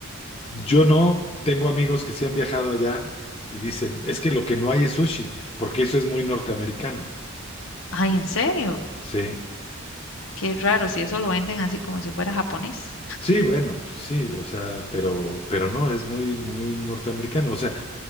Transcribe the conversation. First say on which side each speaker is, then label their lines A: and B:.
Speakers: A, on the left; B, on the left.
A: Yo no tengo amigos que sí han viajado allá y dicen, es que lo que no hay es sushi, porque eso es muy norteamericano.
B: Ay, ¿en serio?
A: Sí,
B: Qué raro, si eso lo venden así como si fuera japonés.
A: sí, bueno, sí, o sea, pero, pero no, es muy, muy norteamericano. O sea,